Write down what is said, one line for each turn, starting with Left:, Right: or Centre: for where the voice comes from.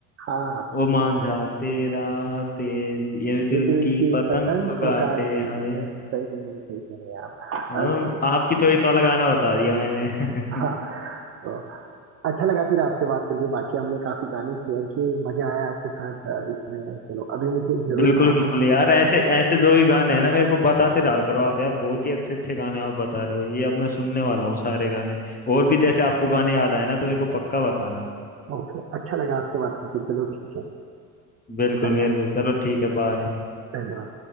Right: हाँ
Left: ओ मांझा तेरा तेज ये दिल
Right: ये दिल
Left: की
Right: की
Left: पतंग
Right: पतंग
Left: को
Right: को
Left: काटे
Right: काट रही
Left: हाय
Right: है सही कह रहे हैं, सही कह रहे हैं आप हाँ,
Left: और
Right: सो
Left: आपकी चॉइस वाला गाना बता दिया मैंने
Right: हाँ
Left: <laughs>
Right: तो अच्छा लगा फिर आपसे बात करके बाकी हमने काफी गाने शेयर किए मजा आया आपके साथ अ, इसमें चलो अभी मुझे एक जरूरी
Left: बिल्कुल
Right: काम
Left: बिल्कुल
Right: है
Left: यार ऐसे ऐसे जो भी गाने हैं ना मेरे को बताते रहा करो आप यार बहुत ही अच्छे अच्छे गाने आप बता रहे हो ये अब मैं सुनने वाला हूँ सारे गाने और भी जैसे आपको गाने याद आए ना तो मेरे को पक्का बताना
Right: ओके अच्छा लगा आपसे बात करके चलो ठीक है
Left: बिल्कुल
Right: धन्यवाद
Left: मेरे को चलो ठीक है बाय
Right: धन्यवाद